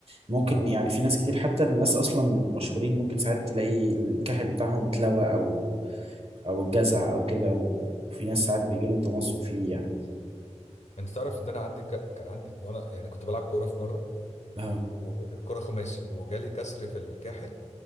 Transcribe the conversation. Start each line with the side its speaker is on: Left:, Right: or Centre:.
Right: ممكن
Left: اه
Right: يعني في ناس كتير حتى الناس اصلا المشهورين ممكن ساعات تلاقي الكاحل بتاعهم اتلوى او او الجزع او كده وفي ناس ساعات بيجي لهم تمزق فيه يعني
Left: انت تعرف ان انا عندي ك... كان عندي وانا يعني كنت بلعب كوره في مره
Right: اه
Left: وكره خماسي وجالي كسر في الكاحل